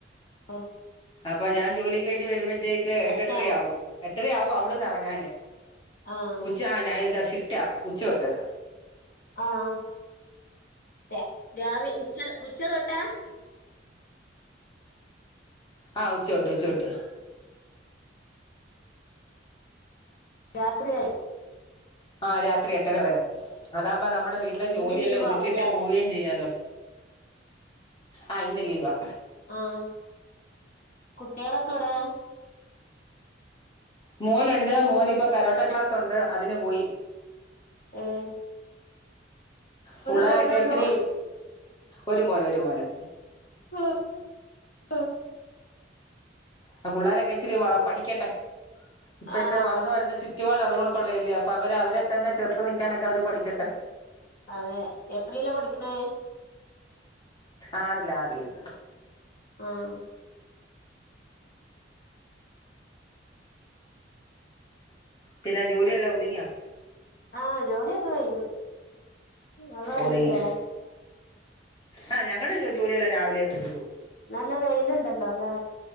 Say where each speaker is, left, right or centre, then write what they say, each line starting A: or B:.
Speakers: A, on the left (about 50°); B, on the left (about 25°).
A: അഹ്
B: അപ്പഞാൻ ജോലി കഴിഞ്ഞ് വരുമ്പഴുതേ ത്തേക്ക് എട്ടെട്ടരയാവും
A: അടുത്താണോ
B: എട്ടരയാവും അവിടുന്ന് ഇറങ്ങാനെ
A: ആഹ്
B: ഉച്ച <unintelligible> ഷിഫ്റ്റ്‌ റ്റ ഉച്ചതൊട്ട്
A: ആഹ് ര രാവി ഉച്ച ഉച്ച തൊട്ട
B: ആഹ് ഉച്ചൊട്ട് ഉച്ചോട്ട്
A: രാത്രിവരെ
B: ആഹ് രാത്രി എട്ടര വരെ അതാവമ്പോ നമ്മുടെ വീട്ടി
A: ഇന്ന്
B: ജോലിയെല്ലാം
A: ലീവ്
B: ഒതുക്കിട്ട്
A: ആവൂലേ
B: പോകുവേ ചെയ്യാലോ ആഹ് ഇന്ന് ലീവാ
A: ആഹ് കുട്ടികളൊക്കെ എവിടെ
B: മോനുണ്ട് മോന് ഇപ്പോ കരോട്ട ക്ലാസ് ഉണ്ട് അതിന് പോയി
A: ഏയ്
B: പുള്ളേരൊക്കെ
A: മോനൊള്ളൂ
B: ഇച്ചിരി ഒരു മോന് ഒരു മോന്
A: ആ ആ
B: ആഹ് പിള്ളോരൊക്കെ ഇച്ചിരി പഠിക്കട്ടെ ഇപ്പഴത്തെ
A: ആഹ്
B: വളർന്നു വരുന്ന ചുറ്റ് ചുറ്റുപാട് അതുകൊണക്കൊള്ളയല്ലേ അപ്പൊ അവര് അവരെ തന്നെ ചെറുത്തു നിക്കാനൊക്കെ അവര് പഠിക്കട്ടെ
A: അതെ എത്രയില പഠിക്കണേ
B: ആറില് ആറില്
A: ആഹ്
B: പിന്നെ ജോലിയെല്ലാം ഒതുങ്ങിയോ
A: ആഹ് ജോലിയൊക്കെ കഴിഞ്ഞു ഇങ്ങളത് കഴിഞ്ഞില്ലേ
B: ഒതുങ്ങി ആഹ് ഞങ്ങളുടെ ജോലിയെല്ലാം രാവിലെ എടുക്കും
A: നല്ല വെയിലുണ്ടല്ലോ അല്ലേ